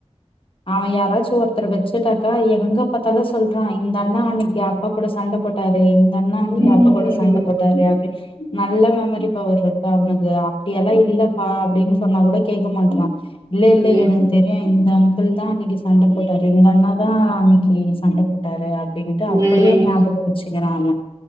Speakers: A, on the left (about 50°); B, on the right (about 30°).
A: அவ யாராச்சும் ஒருத்தர வச்சு சதாக்கா எங்க பாத்தாலு சொல்றா இந்த அண்ணா அன்னைக்கு அப்பா கூட சண்டை போட்டாரு அண்ணா அன்னைக்கு
B: ம்
A: அப்பா கூட சண்ட போட்டாரு அப்படி நல்ல மெமரி பவர் இருக்கு அவனுக்கு அப்படியெல்லா இல்லப்பா அப்படின்னு சொன்னா கூட கேட்க மாட்டறான் இல்லலை இல்லலை
B: ம்
A: எனக்கு தெரியு இந்த அங் தா அன்னிக்கு சண்ட போட்டாறு இந்தண்ணாதா அன்னிக்கி சண்டபோட்டார் அப்டின்னுட்டு அப்டியே
B: ம்
A: ஞாபகம் வெச்சுக்கிறான் ஆமா